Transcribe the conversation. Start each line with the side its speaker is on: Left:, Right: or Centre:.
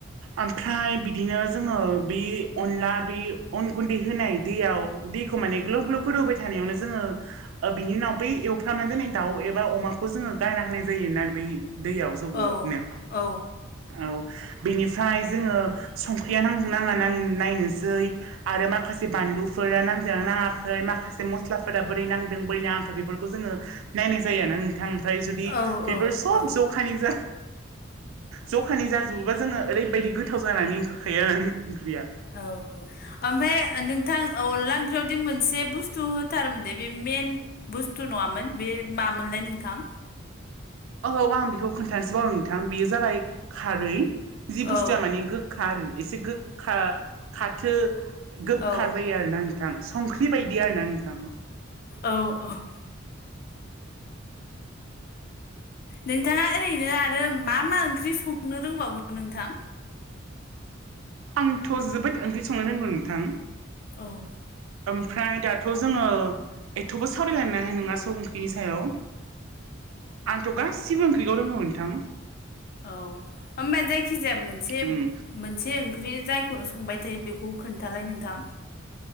Right: ओमफ्राय बिदिनो जोङो बि अनला बे अन गुन्दै होनाय दैयाव दैखौ माने ग्ल'ब ग्ल'ब गोदोवहोबाय थानायावनो जोङो ओ बिनि उनाव बै एवफ्रामना दोननाय दाउ एबा अमाखौ जोङो गारना होनाय जायोना बै दैयाव। जबबनो
Left: औ औ
Right: औ बेनिफ्राय जोङो संख्रिया नांदो नाङा नां नायनोसै आरो माखासे बानलुफोरा नांजोना नाङाखै माखासे मस्लाफोरा बोरै नांदों बोरै नाङाखै बेफोरखौ जोङो नायनाय जायो आरो ना नोंथां ओमफाय जुदि
Left: औ औ
Right: बेफोर सब
Left: औ
Right: जखानि जा जखानि जाजोबोबा जोङो ओरैबायदि गोथाव जानानै ओंखारखायो आरो ओम ओंख्रिया
Left: औ ओमफाय ओ नोंथां ओ अनला ओंख्रियावदि मोनसे बुस्थु होथारमोन दे बे मेन बुस्थु नङामोन बे मामोनलाय नोंथां?
Right: औ आं बेखौ खोन्थासो बावदों नोंथां बेयो जाबाय खारै जि
Left: औ
Right: बुस्थुआ माने गो गोखा आरो एसे गोखा खाथो गोफा
Left: औ
Right: जायो आरोना नोंथां संख्रि बेबायदि आरो ना नोंथां
Left: औ औ नोंथाङा ओरैनो आरो मा मा ओंख्रि संनो रोंबावङो नोंथां
Right: आंथ' जोबोद ओंख्रि संनो रोंगौ नोंथां।
Left: औ
Right: ओमफ्राय दाथ' जोङो एथबो सावरायलायनो हाया सब ओंख्रिनि सायाव। आंथ' गासिबो ओंख्रिखौ रोंगौ नोंथां।
Left: औ ओमबा जायखि जाया मोनसे
Right: उम
Left: मोन से ओंख्रि जायखौनो संबाय थायो बेखौ खोन्थालाय नोंथां।